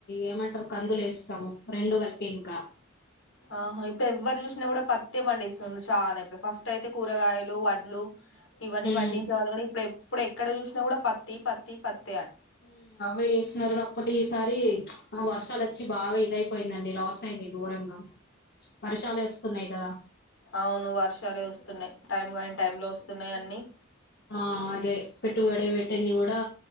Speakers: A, on the left; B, on the left.
A: ఏమంటరు కందులు ఏస్తాము రెండు కలిపి ఇంకా
B: ఆహ ఇప్పుడు ఎవరు చూసినా కూడా పత్తి పండిస్తుండ్రు చానా ఇప్పుడు ఫస్ట్ అయితే కూరగాయలు వడ్లు ఇవన్నీ
A: ఉమ్
B: పండించాల కనీ ఇప్పుడు ఎప్పుడు ఎక్కడ చూసినా కూడా పత్తి పత్తి పత్తి
A: ఊ అవ్వే చేస్తున్నారుగా ఒకటేసారి ప్చ్ ఆ వర్షాలు వచ్చి బాగా ఇదయిపోయిందండి లాస్ అయింది ఘోరంగా వర్షాలే వస్తున్నాయి కదా
B: అవును వర్షాలే వస్తున్నయి టైం గాని టైం లో వస్తున్నయి అన్ని
A: ఆ అదే పెట్టుబడి పెట్టింది గూడా